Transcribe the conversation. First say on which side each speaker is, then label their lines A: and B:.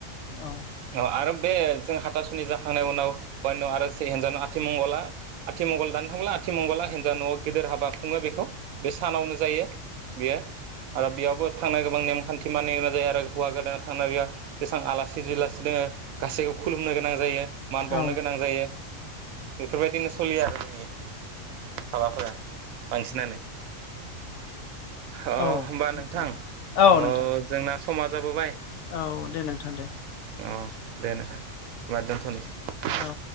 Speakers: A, on the left (about 70°); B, on the right (about 85°).
A: औ
B: अ आर'। बे जों हाथासुनि जाखांनाय उनाव हुवानि उनाव आरो हिनजानाव आथिमंगला आथिमंगल दानो थांब्ला आथिमंगला हिनजाव न'आव गिदिर हाबा खुङो बेखौ बे सानावनो जायो बियो। आरो बेयावबो थांनांगौ। गोबां नेम-खानथि मानिनो गोनां जायो आरो हौवा गोदान। थांना बेयाव जेसेबां आलासि-जुलासि दङो गासैखौबो खुलुमनो गोनां जायो। मान
A: औ
B: बावनो गोनां जायो बेफोरबायदिनो सलियो आरो। <unintelligible> हाबाफोरा बांसिनानो ओ
A: औ
B: होमबा
A: नंगौ
B: नोंथां
A: औ
B: ओ
A: नोंथां
B: जोंना समा जाबोबाय।
A: औ दे नोंथां दे ।
B: उ, दे नोंथां । होनबा दोनथ'नोसै ।
A: औ